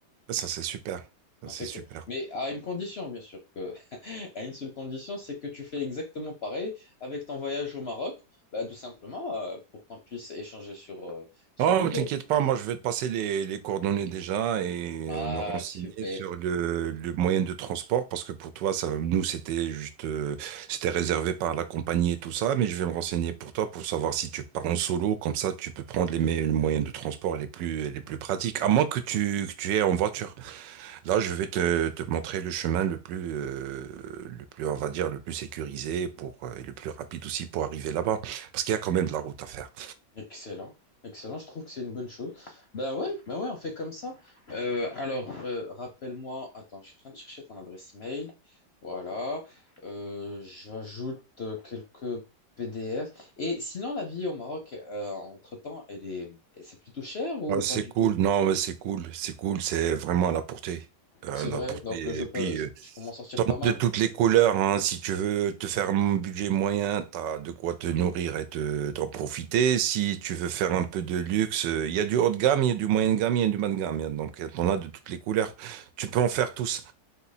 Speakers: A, on the right; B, on the left.
A: ça, c'est super. Ça,
B: N'en
A: c'est
B: fais
A: super.
B: que... Mais à une condition, bien sûr, que... <laughs> à une seule condition, c'est que tu fais exactement pareil avec ton voyage au Maroc, ben, tout simplement euh, pour qu'on puisse échanger sur, euh, sur
A: Oh,
B: les
A: mais
B: deux.
A: t'inquiète pas, moi je vais te passer les, les coordonnées déjà et
B: Ah,
A: euh, me renseigner
B: super.
A: sur le, le moyen de transport parce que pour toi, ça, nous c'était juste, euh, c'était réservé par la compagnie et tout ça, mais je vais me renseigner pour toi pour savoir si tu pars en solo, comme ça tu peux prendre les, me- les moyens de transport les plus, les plus pratiques, à moins que tu, que tu aies en voiture. Là, je vais te, te montrer le chemin le plus, euh, le plus, on va dire, le plus sécurisé pour, euh, et le plus rapide aussi pour arriver là-bas parce qu'il y a quand même de la route à faire.
B: Excellent, excellent, je trouve que c'est une bonne chose. Ben ouais, ben ouais, on fait comme ça. Euh, alors, euh, rappelle-moi, attends, je suis en train de chercher ton adresse mail. Voilà, Euh, j'ajoute euh, quelques PDF. Et sinon, la vie au Maroc, euh, entre-temps, elle est, c'est plutôt cher ou
A: Ouais, c'est
B: pas du
A: cool,
B: tout?
A: non, mais c'est cool, c'est cool, c'est vraiment à la portée. Euh,
B: C'est
A: la
B: vrai,
A: portée.
B: donc euh, je
A: Et
B: peux,
A: puis,
B: je
A: euh,
B: je peux m'en sortir pas mal.
A: de toutes les couleurs, hein, si tu veux te faire un budget moyen, t'as de quoi te nourrir et te, t'en profiter. Si tu veux faire un peu de luxe, euh, il y a du haut de gamme, il y a du moyen de gamme, il y a du bas de gamme. il y a- Donc, euh, t'en as de toutes les couleurs. Tu peux en faire tous.